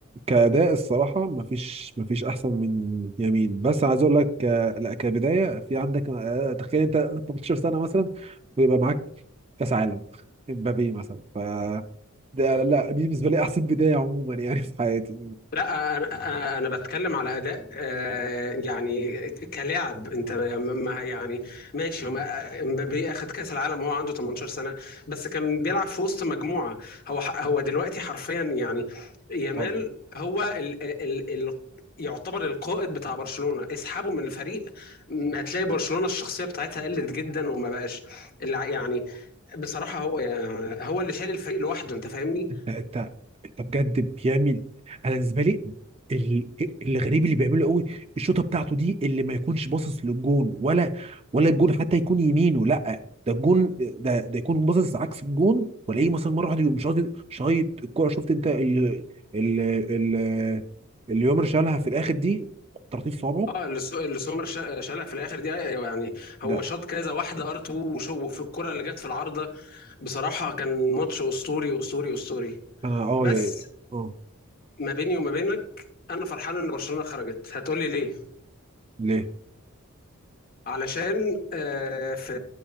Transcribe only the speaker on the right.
كأداء الصراحة مفيش مفيش أحسن من يمين بس عايز أقول لك آه، لا كبداية في عندك آه، تخيل أنت 18 سنة مثلا ويبقى معاك كأس عالم امبابي مثلا ف ده لا دي بالنسبة لي أحسن بداية عموما يعني في حياتي
آه،
لا انت انت بجد بيعمل انا بالنسبه لي ال- الغريب اللي بيعمله قوي الشوطه بتاعته دي اللي ما يكونش باصص للجون ولا ولا الجون حتى يكون يمينه لا ده الجون ده ده يكون باصص عكس الجون ولاقيه مثلا مره واحده يقوم شايط شايط الكوره شفت انت ال ال ال اللي يومر شالها في الاخر دي ترطيب صوابعه
ده
انا اه
يا- اه
ليه